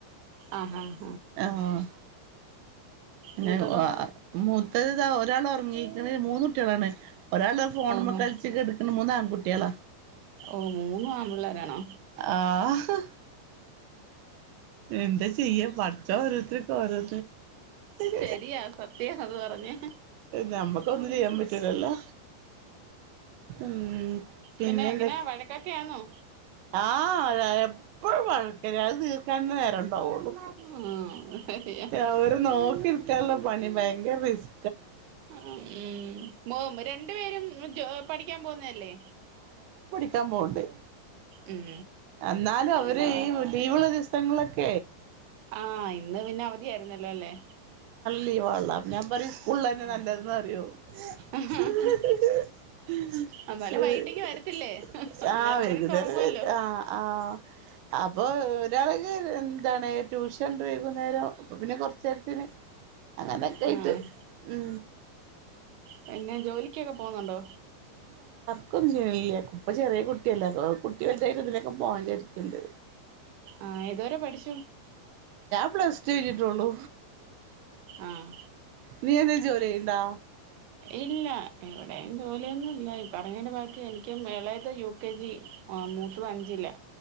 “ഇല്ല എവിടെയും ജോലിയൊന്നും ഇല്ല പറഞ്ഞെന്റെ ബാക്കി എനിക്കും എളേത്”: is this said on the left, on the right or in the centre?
Right